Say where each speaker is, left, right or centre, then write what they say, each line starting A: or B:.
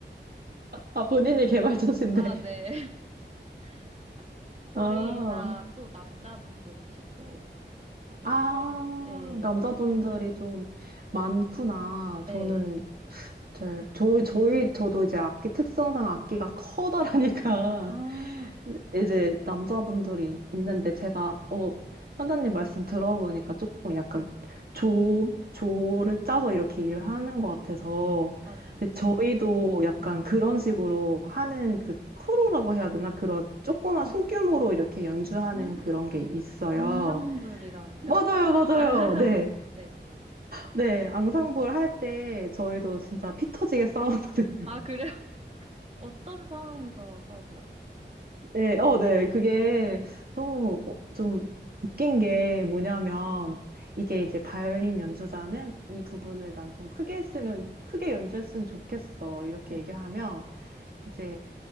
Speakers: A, on the right; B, on the right.
A: 아, 본인이 개발자신데.
B: 아, 네. <laughs> 다- 거의
A: 아,
B: 다 또 남자분들이시고 하니까,
A: 아,
B: 네,
A: 남자분들이 좀 많구나.
B: 네.
A: 저는 잘, 저희, 저희, 저도 이제 악기 특성상 악기가 커다라니까
B: 아,
A: <laughs> 이제 남자분들이 있는데 제가,
B: 네,
A: 어, 현다님 말씀 들어보니까 조금 약간 조, 조를 짜서 이렇게 일을 하는 것 같아서.
B: 맞아요.
A: 근데 저희도 약간
B: 네.
A: 그런 식으로 하는 그 크루라고 해야 되나? 그런 조그만 소규모로 이렇게 연주하는
B: 아,
A: 그런 게 있어요.
B: 앙상블이라나요?
A: 맞아요, 맞아요.
B: <laughs>
A: 네.
B: 네.
A: 네, 앙상블 할 때 저희도 진짜 피 터지게 싸웠거든요.
B: 아, 그래?
A: <laughs>
B: 어떤 상황에서 싸우세요?
A: 네, 어, 네. 그게
B: 네.
A: 너무 어, 좀 웃긴 게 뭐냐면 이게 이제 바이올린 연주자는 이 부분을 난 좀 크게 했으면 크게 연주했으면 좋겠어. 이렇게
B: 네.
A: 얘기하면 이제